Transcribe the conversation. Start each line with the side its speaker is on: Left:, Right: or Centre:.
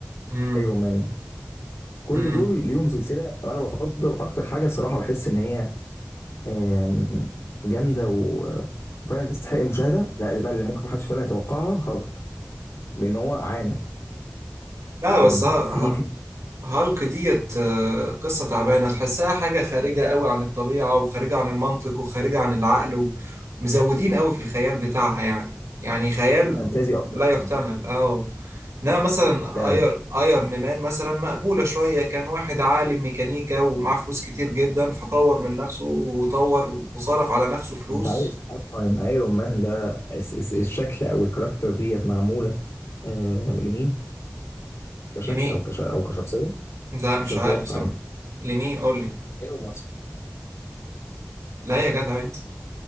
Right: امم
Left: ايرون مان كل
Right: امم
Left: دول ليهم سلسله وانا بفضل اكتر حاجه الصراحه بحس ان هي آم، جامده و- وفعلا تستحق المشاهده لا اللي بقى اللي ممكن محدش فعلا يتوقعها هالك لان هو عانى
Right: لا بس
Left: كان
Right: ها
Left: في في
Right: هالك ديت آه، قصة تعبانة تحسها حاجة خارجة قوي عن الطبيعة وخارجة عن المنطق وخارجة عن العقل ومزودين قوي في الخيال بتاعها يعني يعني خيال
Left: فانتازي اكتر
Right: لا يحتمل
Left: فعلا
Right: اه انما مثلا
Left: فعلا
Right: اير ايرن مان مثلا مقبولة شوية كان واحد عالم ميكانيكا ومعاه فلوس كتير جدا فطور من نفسه وطور وصرف على نفسه فلوس
Left: انت عايز اصلا ان ايرون مان ده الس- الس- الشكل او الكاركتر ديت معموله آه، لمين كشكل
Right: لمين؟
Left: او كش او كشخصيه
Right: لا مش
Left: مش هتتوقع
Right: عارف صراحة
Left: انت
Right: لمين قول لي
Left: ايلون ماسك
Right: لا يا جدع انت